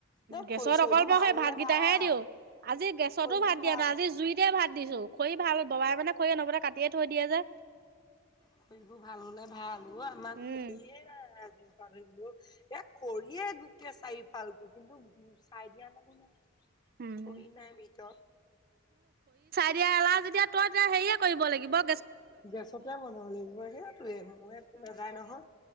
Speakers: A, on the left; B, on the right.
A: এ
B: গেছত
A: খৰি চৰিবোৰ
B: অকল মই
A: ভাল
B: সেই
A: হলে
B: ভাত কেইটাহে
A: ভাল
B: দিওঁ আজি গেছতো
A: খৰিবোৰ
B: ভাত দিয়া
A: ভাল
B: নাই আজি জুইতে ভাত দিছো। খৰি ভাল ববাই মানে খৰি নবতে কাটিয়ে থৈ দিয়ে যে।
A: খৰিবোৰ ভাল হলে ভাল আমাক
B: উম
A: খৰিয়েই নাই লো এ খৰিয়ে গোটেই চাৰিওফালতটো কিন্তু চাই দিয়া মানুহ নাই
B: উম
A: খৰি নাই ভিতৰত
B: এতিয়া এলাহ যেতিয়া তই এতিয়া হেৰিয়ে কৰিব লাগিব ব
A: গেছতে বনাব লাগিব সেইটোৱে মোৰ একো নাযায় নহয়